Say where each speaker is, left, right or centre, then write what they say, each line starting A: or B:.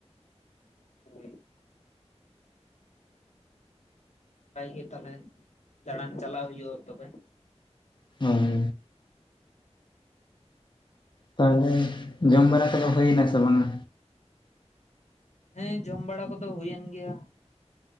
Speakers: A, on the left (about 75°); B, on the left (about 40°).
A: ᱦᱩᱸ ᱱᱟᱯᱟᱭ ᱜᱮ ᱛᱟᱦᱚᱞᱮ ᱫᱟᱬᱟᱱ ᱪᱟᱞᱟᱜ ᱦᱩᱭᱩᱜᱼᱟ ᱛᱚᱵᱮ᱾
B: <unintelligible> ᱛᱟᱦᱚᱞᱮ ᱡᱚᱢ ᱵᱟᱲᱟ ᱠᱚᱫᱚ ᱦᱩᱭ ᱮᱱᱟ ᱥᱮ ᱵᱟᱝᱟ?
A: ᱦᱮᱸ ᱡᱚᱢ ᱵᱟᱲᱟ ᱠᱚᱫᱚ ᱦᱩᱭᱮᱱ ᱜᱮᱭᱟ᱾